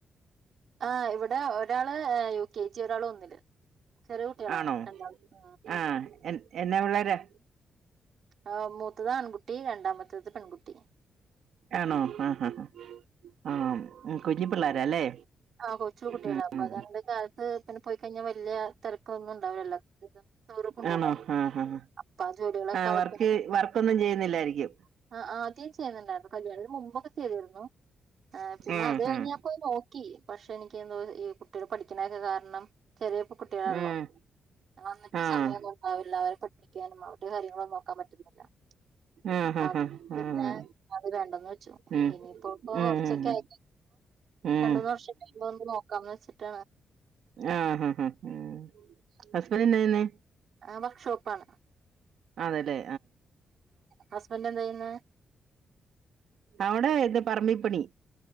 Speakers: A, on the right; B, on the right.
A: ആ് ഇവിടെ ഒരാള് യു കെ ജി ഒരാള് ഒന്നില് ചെറിയ കുട്ടികളാണ്
B: ആണോ
A: രണ്ടാമത്തെ
B: ആ എൻ എന്നാ പിള്ളേരാ
A: ഉ മൂത്തത് ആൺകുട്ടി രണ്ടാമത്തേത് പെൺകുട്ടി ത
B: ആണോ ആഹ് ഹ ആഹ ഉ കുഞ്ഞി പിള്ളോര അല്ലേ
A: ആഹ് കൊച്ചു കുട്ടികളാണ്
B: ഉം
A: അപ്പൊ
B: ഉം
A: അത കാലത്ത് പിന്നെ പോയി കഴിഞ്ഞാൽ വലിയ തിര ക്കാന്നും ഇണ്ടാവില്ല എല്ലാ ഇതും ചോറി കൊണ്ടപോ
B: ആണോ ആഹ് ആഹ്
A: അപ്പ ആ ജോലികളൊക്കൊലത്ത്
B: ആഹ് വർക്ക് വർക്കൊന്നും ചെയ്യുന്നില്ലായിരിക്കും
A: ആ ആദ്യം ചെയ്യുന്നുണ്ടായിരുന്നു കല്യാണത്തിന് മുമ്പൊക്കെ ചെയ്തിരുന്നു ആ പിന്നെ
B: ഉം
A: അത് കഴിഞ്ഞാ
B: ഉം
A: പോയി നോക്കി പക്ഷെ എനിക്ക് എന്തോ ഈ കുട്ടികള പഠിക്കണൊക്കെ കാരണം ചെറിയപ്പോ കുട്ടികളള്ളോ
B: ഉം
A: വന്നിട്ട്
B: ആഹ്
A: സമയമന്നും ഉണ്ടാവില്ല അവരെ ക്കാനും അവര്ടെ കാര്യങ്ങളുംനോക്കാൻ പറ്റുന്നില്ല
B: ആഹ്
A: അപ്പൊ
B: ആഹ്
A: അത്
B: ആഹ്
A: പിന്നെ
B: ആഹ്
A: അത് വേണ്ടന്ന് വെച്ചു
B: ഉം
A: ഇനിയിപ്പോ ഇപ്പ
B: ഉം
A: കുറച്ചൊക്കെ ആയി
B: ഉം
A: രണ്ട് മൂന്ന് വർഷക്ക ആവുമ്പൊ ഒന്ന് നോക്കാംന്ന് വെച്ച ട്ട
B: ആഹ ആഹ ആഹ ഉ ഹസ്ബന്റ് എന്നാ ചെയ്യുന്നേ
A: ആ വർക്ക്ഷോപ്പ ആണ്
B: അതെല്ലെ
A: ഹസ്ബൻറ് എന്ത ചെയ്യന്ന്
B: അവടെ ഇത് പറമ്പിപ്പണി